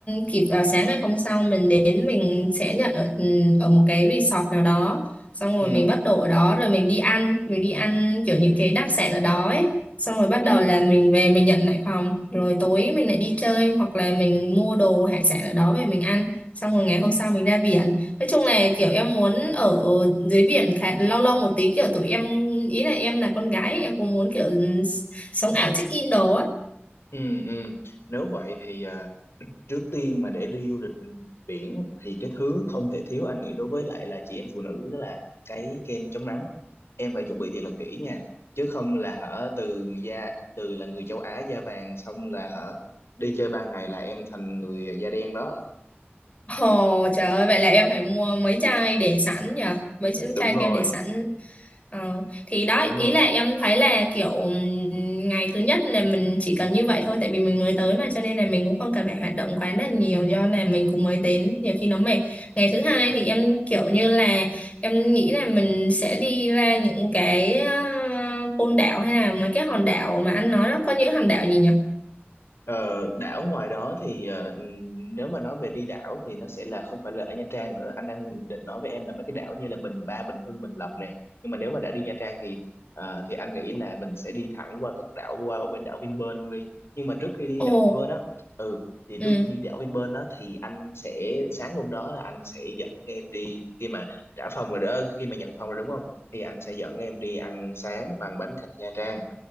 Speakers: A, on the left; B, on the left.
A: kịp vào sáng ngày hôm sau mình đến mình sẽ nhận ở ừ, ở một cái resort nào đó xong rồi
B: ừ
A: mình bắt đồ ở đó rồi mình đi ăn mình đi ăn kiểu những cái đặc sản ở đó ấy xong rồi bắt
B: ừ
A: đầu là mình về mình nhận lại phòng rồi tối mình lại đi chơi hoặc là mình mua đồ hải sản ở đó về mình ăn xong rồi ngày hôm sau mình ra biển nói chung là kiểu em muốn ở dưới biển khá, lâu lâu một tí kiểu tụi em ý là em là con gái em cũng muốn kiểu sống ảo check in đồ á
B: ừ ừ nếu vậy thì à, trước tiên mà để đi du lịch biển thì cái thứ không thể thiếu anh nghĩ đối với lại là chị em phụ nữ đó là cái kem chống nắng em phải chuẩn bị thiệt là kỹ nha chứ không là hở từ da từ là người châu Á da vàng xong là hở đi chơi ba ngày là em thành người da đen đó
A: Ồ trời ơi vậy là em phải mua mấy chai để sẵn nhờ mấy chai
B: đúng
A: chai kem
B: rồi
A: để sẵn Ờ, thì đó
B: đúng
A: ý
B: rồi
A: là em thấy là kiểu ừm, ngày thứ nhất là mình chỉ cần như vậy thôi tại vì mình mới tới mà cho nên là mình cũng không cần phải hoạt động quá là nhiều do là mình cũng mới đến nhiều khi nó mệt ngày thứ hai
B: ừ
A: thì em kiểu như là em nghĩ là mình sẽ đi ra những cái ờ, côn đảo hay là mấy cái hòn đảo mà anh nói đó có những hòn đảo gì nhỉ
B: Ờ, đảo ngoài đó thì ờ, nếu mà nói về đi đảo thì nó sẽ là không phải là ở Nha Trang nữa anh đang định nói với em là mấy cái đảo như là Bình Ba Bình Hưng Bình Lập nè nhưng mà nếu mà đã đi Nha Trang thì ờ, thì anh nghĩ là mình sẽ đi thẳng qua các đảo qua bên đảo Vinpearl luôn đi nhưng mà trước khi đi
A: ồ
B: đảo Vinpearl á ừ thì
A: ừ
B: trước khi đi đảo Vinpearl á thì anh sẽ sáng hôm đó là anh sẽ dẫn em đi khi mà trả phòng rồi đó khi mà nhận phòng rồi đúng không thì anh sẽ dẫn em đi ăn sáng bằng bánh canh Nha Trang